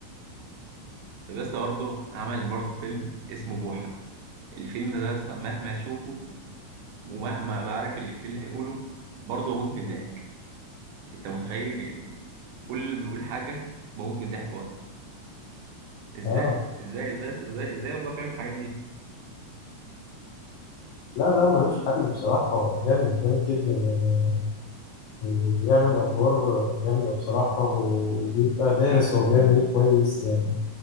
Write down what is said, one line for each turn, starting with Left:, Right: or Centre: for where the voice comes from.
Right: طب يا اسطى برضه عمل برضه فيلم اسمه بوحة الفيلم ده يا اسطى مهما اشوفه ومهما بعرف الإفيه اللي هيقوله برضه بموت من الضحك انت متخيل يعني كل اللي بيقول حاجة بموت من الضحك برضه ازاي
Left: اه
Right: ازاي ازاي ازاي ازاي والله بيعمل الحاجات دي
Left: لا لا ملوش حل بصراحة هو جامد جامد جدا يعني بيعمل أدوار جامدة بصراحة وبيبقى دارس هو بيعمل إيه كويس يعني